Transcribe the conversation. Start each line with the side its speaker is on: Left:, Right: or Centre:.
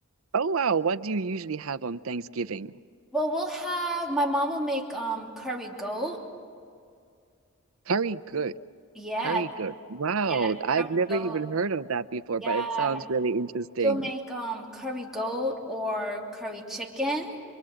Right: Oh wow, what do you usually have on Thanksgiving?
Centre: Well, we'll have my mom will make um curry goat.
Right: Curry goat.
Centre: Yeah,
Right: Curry goat. Wow,
Centre: yeah,
Right: I've
Centre: curry
Right: never
Centre: goat.
Right: even heard of that before,
Centre: Yeah,
Right: but it sounds really interesting.
Centre: she'll make um curry goat or curry chicken.